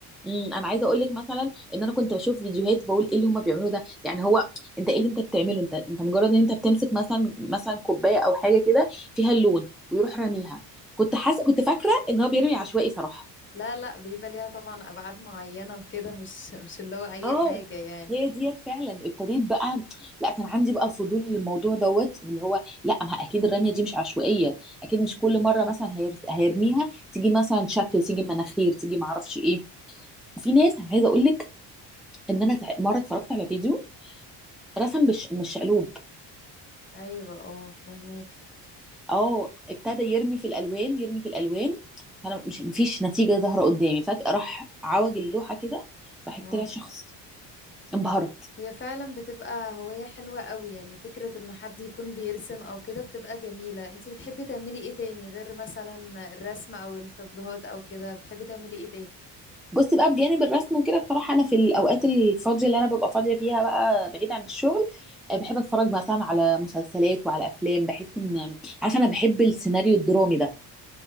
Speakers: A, in the centre; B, on the left.
A: امم انا عايزه اقول لك مثلا ان انا كنت بشوف فيديوهات بقول ايه اللي هما بيعملوه ده يعني هو انت ايه اللي انت بتعمله انت انت مجرد ان انت بتمسك مثلا مثلا كوبايه او حاجه كده فيها اللون ويروح راميها كنت حاسه كنت فاكره ان هو بيرمي عشوائي صراحه
B: لا لا بيبقى ليها طبعا ابعاد معينة وكده مش مش اللي هو اي
A: اه
B: حاجة يعني
A: هي ديت فعلا ابتديت بقى لا كان عندي بقى فضول للموضوع دوت واللي هو لا ما اكيد الرميه دي مش عشوائيه اكيد مش
B: مم.
A: كل مره مثلا هير- هيرميها تيجي مثلا شكل تيجي مناخير تيجي معرفش ايه وفي ناس انا عايزه اقول لك ان انا سع- مره اتفرجت على فيديو رسم مش مش شقلوب
B: ايوه اه فهماكي
A: اه ابتدى يرمي في الالوان يرمي في الالوان فانا مش مفيش نتيجه ظاهره قدامي فجاه راح عوج اللوحه كده راح
B: اه
A: طلع شخص انبهرت
B: هي فعلا بتبقى هواية حلوة قوي يعني فكرة ان حد يكون بيرسم او كده بتبقى جميلة انتي بتحبي تعملي ايه تاني غير مثلا الرسم او التابلوهات او كده بتحبي تعملي ايه تاني
A: بصي بقى بجانب الرسم وكده بصراحه انا في الاوقات الفاضيه اللي انا ببقى فاضيه فيها بقى بعيد عن الشغل آه، بحب اتفرج مثلا على مسلسلات وعلى افلام بحس ان عارفه انا بحب السيناريو الدرامي ده